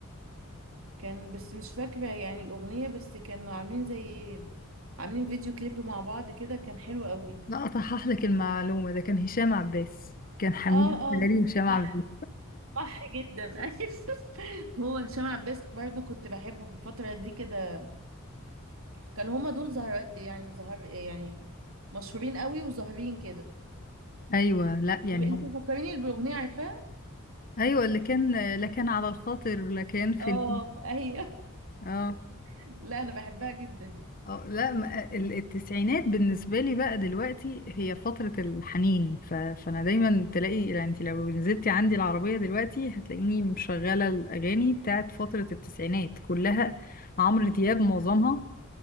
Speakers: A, on the right; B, on the left.
A: كان بس مش فاكرة يعني الأغنية بس كانوا عاملين زي عاملين فيديو كليب مع بعض كده كان حلو قوي
B: لا اصحح لك المعلومة ده كان هشام عباس كان حميد
A: اه
B: الشاعري
A: اه
B: وهشام عباس
A: صح صح جدا <laughs> ايوه هو هشام عباس برضو كنت بحبه في الفترة دي كده كان هما دول زهر يعني زهر يعني مشهورين قوي وظاهرين كده
B: ايوه لا يعني
A: طب انت
B: هو
A: فكريني بالأغنية عارفاها؟
B: ايوه اللي كان لا كان على الخاطر لا كان في
A: اه ايوه
B: اه
A: <laughs> لا انا بحبها جدا
B: اه لا ما- ال- التسعينات بالنسبه لي بقى دلوقتي هي فتره الحنين ف... فانا دايما تلاقي يعني انت لو نزلتي عندي العربيه دلوقتي هتلاقيني مشغله الاغاني بتاعت فتره التسعينات كلها عمرو دياب معظمها